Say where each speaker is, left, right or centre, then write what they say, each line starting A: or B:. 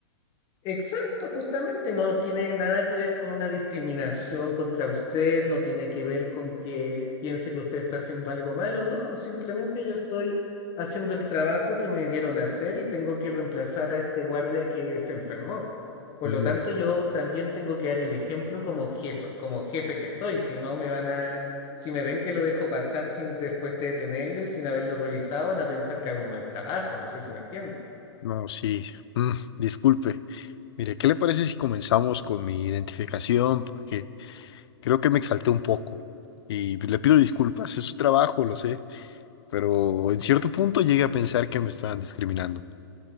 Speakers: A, on the left; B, on the left.
A: Exacto, justamente no tiene nada que ver con una discriminación contra usted, no tiene que ver con que piense que usted está haciendo algo malo, no, simplemente yo estoy haciendo el trabajo que me dieron a hacer y tengo que reemplazar a este guardia que se enfermó. Por
B: Mm,
A: lo tanto, yo también tengo que dar el ejemplo como jefe, como jefe que soy, si no me van a, si me ven que lo dejo pasar sin, después de detenerlo y sin haberlo revisado, van a pensar que hago un mal trabajo, no sé si me entienden.
B: no, sí. Mm, disculpe. Mire, ¿qué le parece si comenzamos con mi identificación? Porque creo que me exalté un poco. Y le pido disculpas, es su trabajo, lo sé. Pero en cierto punto llegué a pensar que me estaban discriminando.